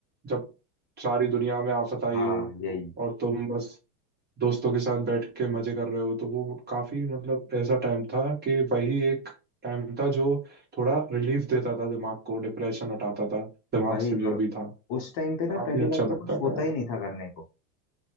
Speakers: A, on the right; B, on the left.
A: जब सारी दुनिया में आफत आई
B: हाँ
A: हो
B: यही
A: और तुम बस दोस्तों के साथ बैठ के मजे कर रहे हो तो वो काफी मतलब ऐसा टाइम था कि वही एक टाइम था जो थोड़ा रिलीफ देता था दिमाग को डिप्रेशन हटाता था दिमाग
B: वही
A: से जो
B: और
A: भी था
B: उस टाइम पे ना
A: काफी
B: पहली
A: अच्छा
B: बात
A: लगता
B: तो कुछ
A: था
B: होता
A: यार
B: ही नहीं था करने को